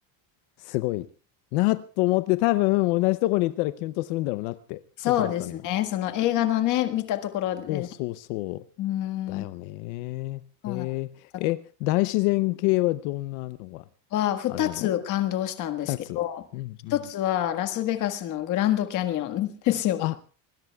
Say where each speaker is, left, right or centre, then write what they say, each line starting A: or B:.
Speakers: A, on the left; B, on the left.
A: すごいなと思って、多分同じとこに行ったらキュンとするんだろうなって、
B: そうですね。
A: ちょっと思ったの今。
B: その映画のね、見たところでね、
A: そうそうそ
B: うーん、
A: う。だよね。
B: そうなんだ。
A: えー、え、大自然系はどんなのが
B: は、二つ感動したんですけど、
A: あれなの二つ。うんうん。
B: 一つはラスベガスのグランドキャニオンですよ。
A: あ、